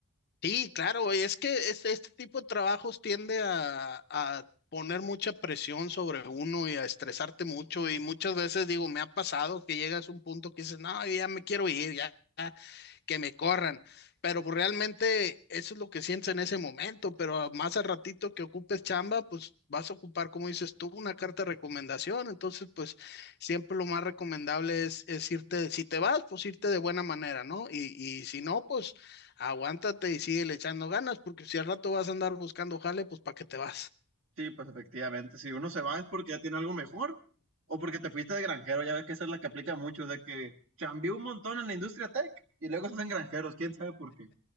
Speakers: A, on the left; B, on the right.
A: Sí, claro, es que este, este tipo de trabajos tiende a, a poner mucha presión sobre uno y a estresarte mucho y muchas veces digo, me ha pasado que llegas a un punto que dices, no, yo ya me quiero ir, ya que me corran. Pero pues realmente eso es lo que sientes en ese momento, pero más al ratito que ocupes chamba, pues vas a ocupar, como dices tú, una carta de recomendación. Entonces, pues siempre lo más recomendable es, es irte, si te vas, pues irte de buena manera, ¿no? Y, y si no, pues aguántate y sigue le echando ganas, porque si al rato vas a andar buscando jale, pues ¿para qué te vas?
B: Sí, pues efectivamente, si uno se va es porque ya tiene algo mejor o porque te fuiste de granjero, ya ves que esa es la que aplica mucho, de que chambió un montón en la industria tech y luego se hacen granjeros, quién sabe por qué.